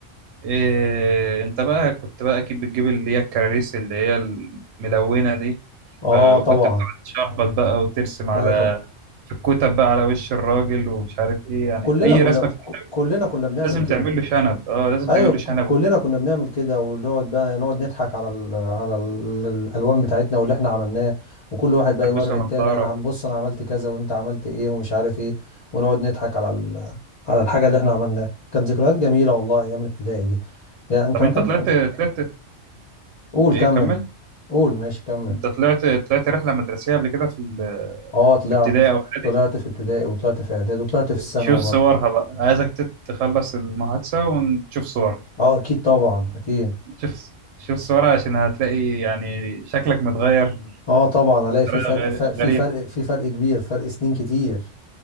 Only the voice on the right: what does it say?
إيه أنت بقى كنت بقى أكيد بتجيب اللي هي الكراريس اللي هي الملونة دي
ف- وكنت
بتقعد تشخبط بقى وترسم على
شكوتة بقى على وش الراجل ومش عارف ايه يعني
اي
رسمة
في
لازم
تعمل له شنب اه لازم
تعمل له
شنب
وبتاع
تلبسه
نظارة
طب
انت
طلعت طلعت
ايه
كمل
انت طلعت طلعت رحلة مدرسية قبل كده في ال...
في ابتدائي او اعدادي
شوف صورها
بقى عايزك تت- تخلص المحادثة ونشوف صورها
شوف شوف صورها عشان هتلاقي يعني شكلك متغير
بطريقة
غري-
غريب